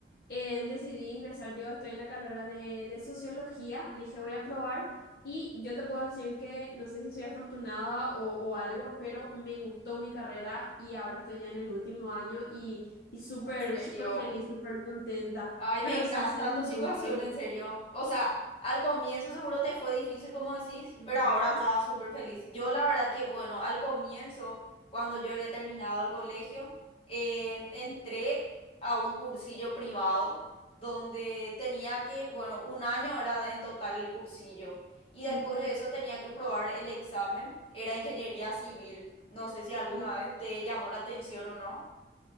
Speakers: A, on the left; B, on the left.
A: eh, decidí ingresar, yo estoy en la carrera de, de sociología, dije voy a probar y yo te puedo decir que no sé si soy afortunada o, o algo, pero me gustó mi carrera y ahora estoy ya en el último año y, y súper,
B: En serio.
A: súper feliz, súper contenta,
B: Ay,
A: pero
B: me encanta
A: sí sé de
B: tu
A: muchos.
B: situación, en serio. O sea, al comienzo seguro te fue difícil, como decís,
A: Ujú,
B: pero ahora estaba súper feliz. Yo la verdad que, bueno, al comienzo, cuando yo había terminado el colegio, eh, entré a un cursillo privado donde tenía que, bueno, un año era en total el cursillo. Y después
A: ujú.
B: de eso tenía que probar el examen. Era ingeniería civil. No sé si alguna
A: Uh,
B: vez te llamó la atención o no.